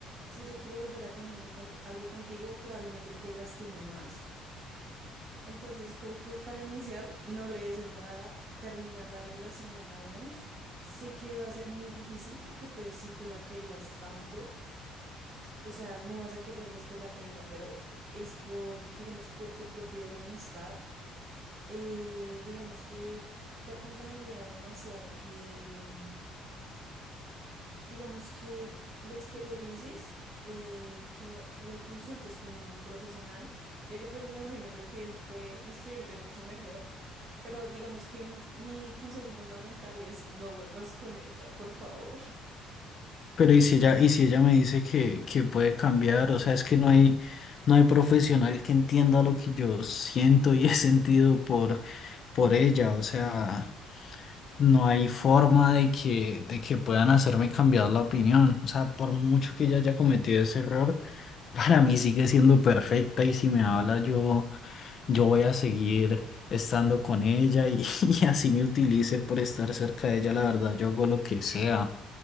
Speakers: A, on the right; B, on the left.
A: si ella quiere volver a tener el cont- algo contigo, probablemente te lastime más. Entonces, como que para iniciar, no le des entrada, termina la relación de una vez. Sé que va a ser muy difícil porque pues si tú la querías tanto, o sea, no vas a querer despegarte de ella, pero es por, digamos, por tu propio bienestar eh, digamos que te aconsejaría demasiado que, mm, digamos que lo exteriorices, eh, que va- lo consultes con un profesional, ya que pues me imagino yo que él puede instruirte mucho mejor, pero digamos que m- mi consejo fundamental es no vuelvas con ella, por favor. <laughs>
B: Pero y si ella, y si ella me dice que, que puede cambiar, o sea, es que no hay, no hay profesional que entienda lo que yo siento y he sentido por, por ella, o sea, no hay forma de que, de que puedan hacerme cambiar la opinión, o sea, por mucho que ella haya cometido ese error, <laughs> para mí sigue siendo perfecta y si me habla yo, yo voy a seguir estando con ella y, <laughs> y así me utilice por estar cerca de ella, la verdad, yo hago lo que sea.